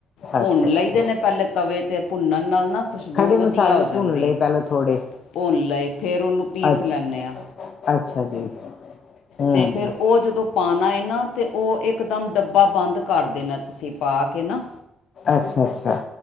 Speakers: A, on the left (about 80°); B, on the left (about 55°).
A: ਪੁੰਨ
B: ਅੱਛਾ
A: ਲਈ
B: ਅੱਛਾ
A: ਦੇ ਨੇ, ਪੈਲੇ ਤਵੇ ਤੇ ਪੁੰਨਣ ਨਾਲ ਨਾ ਖੁਸ਼ਬੂ
B: ਖੜੇ
A: ਵਧੀਆ
B: ਮਸਾਲੇ
A: ਹੋ ਜਾਂਦੀ
B: ਭੁੰਨ ਲਏ
A: ਏ।
B: ਪਹਿਲਾਂ ਥੋੜੇ
A: ਪੁੰਨ ਲਏ ਫੇਰ ਔਨੂੰ ਪੀਸ
B: ਅੱ
A: ਲੈਂਨੇ ਹਾਂ।
B: ਅੱਛਾ ਜੀ। ਹਮ
A: ਤੇ ਫਿਰ ਔ ਜਦੋਂ ਪਾਣਾ ਏ ਨਾ ਤੇ ਔ ਏਕਦਮ ਡੱਬਾ ਬੰਦ ਕਰ ਦੇਣਾ ਤੁਸੀਂ ਪਾ ਕੇ ਨਾ।
B: ਅੱਛਾ-ਅੱਛਾ,